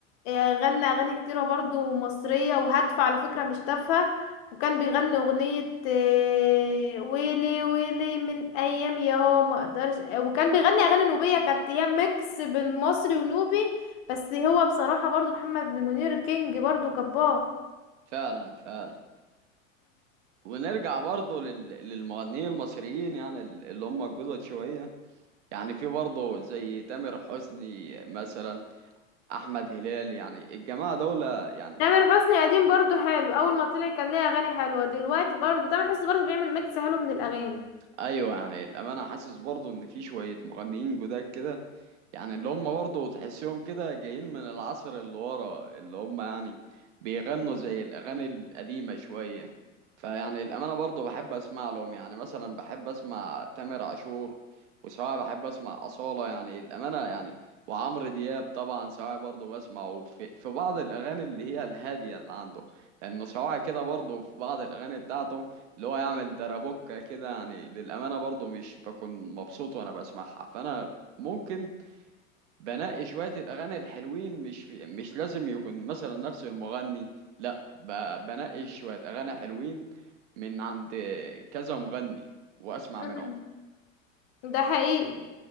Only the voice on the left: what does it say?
آه، غنى اغاني كتيره برضو مصريه وهادفه على فكره مش تافهه وكان بيغني اغنيه آه، ويلي ويلي من ايام يا هو ما اقدرش آه، وكان بيغني اغاني نوبيه كانت هي ميكس بين مصري ونوبي بس هو بصراحه برضو محمد منير كينج برضو جبار
تامر حسني قديم برضو حلو اول ما طلع كان ليه اغاني حلوه دلوقتي برضو تامر حسني برضو بيعمل ميكس حلو من الاغاني
مم.
ده حقيقي